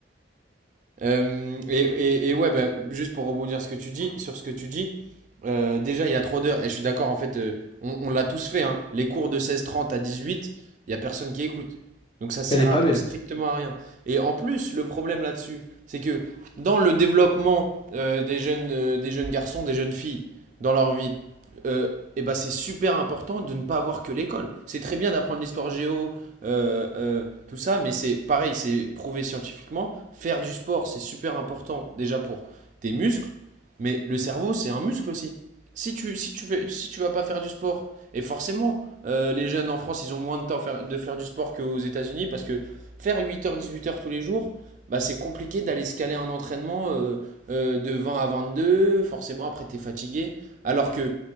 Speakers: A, on the right; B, on the left.
A: Euh, et, et- et ouais, bah, juste pour rebondir ce que tu dis, sur ce que tu dis, euh, déjà il y a trop d'heures, et je suis d'accord, en fait, euh, on, on l'a tous fait, hein. les cours de seize trente à dix huit il n'y a personne qui écoute. Donc ça sert
B: Elle n'est pas
A: à-
B: belle.
A: strictement à rien. Et en plus, le problème là-dessus, c'est que dans le développement euh, des jeunes, euh, des jeunes garçons, des jeunes filles, dans leur vie, euh, et ben c'est super important de ne pas avoir que l'école. C'est très bien d'apprendre l'histoire géo, euh, euh, tout ça. Mais c'est pareil, c'est prouvé scientifiquement. Faire du sport, c'est super important déjà pour tes muscles, mais le cerveau, c'est un muscle aussi. Si tu si tu fais si tu vas pas faire du sport et forcément euh, les jeunes en France, ils ont moins de temps faire- de faire du sport qu'aux États-Unis parce que faire huit heures dix-huit heures tous les jours, bah c'est compliqué d'aller se caler un entraînement euh, euh, de vingt à vingt-deux forcément après tu es fatigué alors que